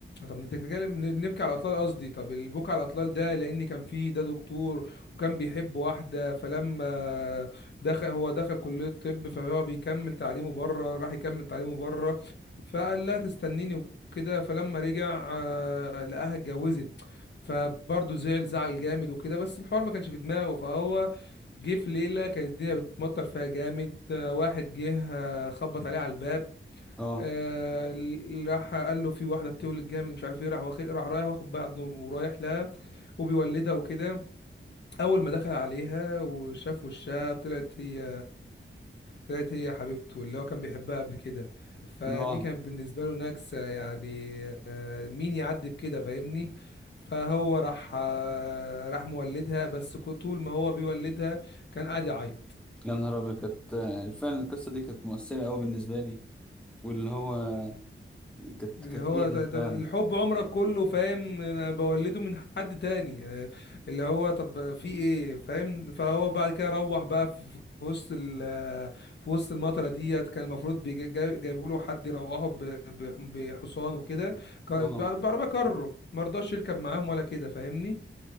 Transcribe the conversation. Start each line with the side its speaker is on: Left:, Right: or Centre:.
Left: طب انت بتتكلم نبكي على الاطلال قصدي طب البكا على الاطلال ده لان كان فيه ده دكتور وكان بيحب واحده فلما دخل هو دخل كليه الطب فهو بيكمل تعليمه بره راح يكمل تعليمه بره فقال لها تستنيني وكده فلما رجع آه، لقاها اتجوزت فبرضه زعل زعل جامد وكده بس الحوار ما كانش في دماغه فهو جه في ليلة كانت الدنيا بتمطر فيها جامد آه، واحد جه آه، خبط عليه على الباب
Centre: اه
Left: آه، ال- راح قال له في واحدة بتولد جامد مش عارف ايه راح واخد راح رايح واخد بعضه ورايح لها وبيولدها وكده أول ما دخل عليها وشاف وشها طلعت هي طلعت هي حبيبته اللي هو كان بيحبها قبل كده فدي
Centre: اه
Left: كانت بالنسبة له نكسة يعني آه، مين يعدي بكده فاهمني فهو راح آه، راح مولدها بس كو- طول ما هو بيولدها كان قاعد يعيط
Centre: يا نهار ابيض كانت فعلا القصه دي كانت مؤثره قوي بالنسبه لي واللي هو كانت
Left: اللي
Centre: كانت
Left: هو
Centre: ايه ده
Left: ط- طب
Centre: فعلا
Left: الحب عمرك كله فاهم انا بولده من حد تاني آه، اللي هو طب في ايه فاهم فهو بعد كده روح بقى في في وسط ال في وسط المطره ديت كان المفروض بيجا- جاي- جايبوا له حد يروحه ب- ب- بحصان وكده ك- ب-
Centre: اه
Left: بعربيه كارو مرضاش يركب معاهم ولا كده فاهمني